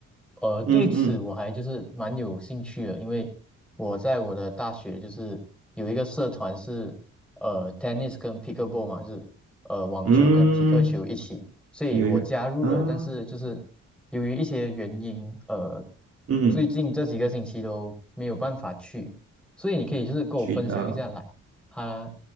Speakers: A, in the centre; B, on the right (about 50°).
A: 呃，对此我还就是蛮有兴趣的，
B: 嗯嗯
A: 因为我在我的大学就是有一个社团是呃 tennis 跟 pickleball 嘛，就是呃网球跟皮克球一起，
B: 嗯，
A: 所以我加入了，
B: 皮尤去啊，
A: 但是就是由于一些原因，呃，
B: 嗯，
A: 最近这几个星期都没有办法去，所以你可以就是跟我分享一下来，
B: 渠道，
A: 它